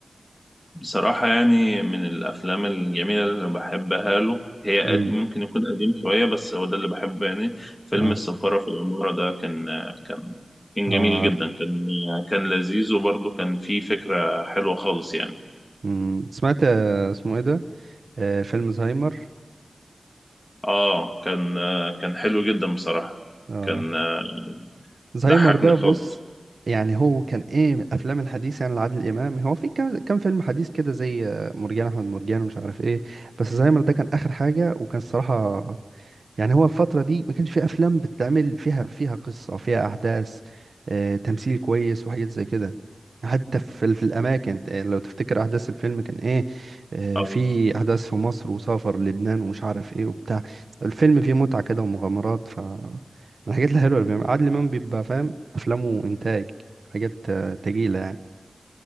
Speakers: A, on the left (about 20°); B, on the right (about 65°).
A: بصراحه يعني من الافلام الجميله اللي أنا بحبها له هي قد
B: امم
A: ممكن يكون قديم شويه بس هو ده اللي بحبه يعني فيلم
B: اه
A: السفاره في العماره ده كان كان كان
B: اه
A: جميل
B: عارف
A: جدا كان كان لذيذ وبرضه كان فيه فكره حلوه خالص يعني
B: مم. سمعت آه، اسمه ايه ده آه، فيلم زهايمر
A: اه كان كان حلو جدا بصراحه
B: آه.
A: كان آه،
B: زهايمر
A: ضحكني
B: ده
A: خالص
B: بص يعني هو كان ايه من الافلام الحديثه يعني لعادل امام هو في كان كان فيلم حديث كده زي آه، مرجان احمد مرجان ومش عارف ايه بس زهايمر ده كان اخر حاجه وكان الصراحه يعني هو الفترة دي ما كانش في أفلام بتتعمل فيها فيها قصة فيها أحداث آه، تمثيل كويس وحاجات زي كده حتى في ال- في الأماكن آه، لو تفتكر أحداث الفيلم كان إيه آه،
A: اه
B: في أحداث في مصر وسافر لبنان ومش عارف إيه وبتاع الفيلم فيه متعة كده ومغامرات ف الحاجات <laughs> الحلوة اللي بيعملها عادل إمام بيبقى فاهم أفلامه إنتاج حاجات آه، تقيلة يعني